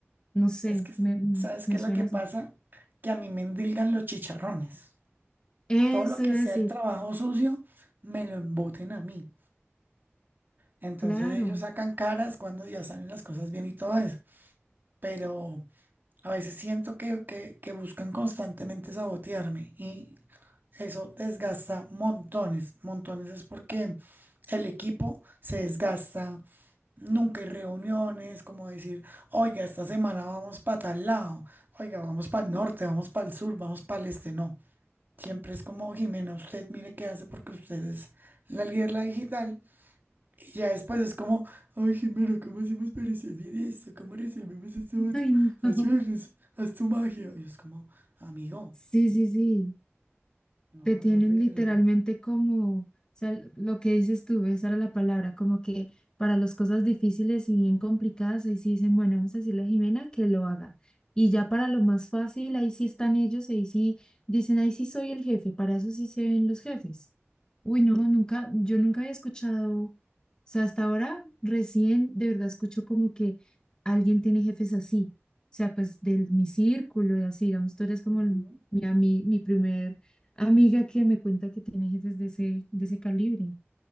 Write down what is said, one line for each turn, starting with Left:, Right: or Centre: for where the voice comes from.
Left: No sé,
Right: Es que,
Left: me, mm,
Right: ¿sabes
Left: me
Right: qué es
Left: suena
Right: lo que pasa?
Left: así.
Right: Que a mí me endilgan los chicharrones.
Left: Eso
Right: Todo lo que
Left: iba
Right: sea
Left: a decir,
Right: el trabajo sucio, me lo emboten a mí. Entonces
Left: claro.
Right: ellos sacan caras cuando ya salen las cosas bien y todo eso. Pero a veces siento que, que, que buscan constantemente sabotearme y eso desgasta montones, montones. Es porque el equipo se desgasta, Nunca hay reuniones, como decir, oiga, esta semana vamos para tal lado, oiga, vamos para el norte, vamos para el sur, vamos para el este, no. Siempre es como, Jimena, usted mire qué hace porque usted es la líder, la digital. Y ya después es como, ay, Jimena, ¿cómo hacemos para resolver esto? ¿Cómo resolvemos esto
Left: <laughs>
Right: otro?
Left: Ay, no.
Right: Ayúdenos, haz tu magia. Y es como, amigo,
Left: Sí, sí, sí.
Right: no,
Left: te tienen
Right: es horrible.
Left: literalmente como, o sea, lo que dices tú, esa era la palabra, como que para las cosas difíciles y bien complicadas, ahí sí dicen, bueno, vamos a decirle a Jimena que lo haga. Y ya para lo más fácil, ahí sí están ellos, ahí sí dicen, ahí sí soy el jefe, para eso sí se ven los jefes. Uy, no, nunca, yo nunca había escuchado, o sea, hasta ahora recién de verdad escucho como que alguien tiene jefes así, o sea, pues de mi círculo y así, digamos, tú eres como
Right: Ujú.
Left: el- mi, ami- mi primer Amiga que me cuenta que tiene jefes de ese, de ese calibre,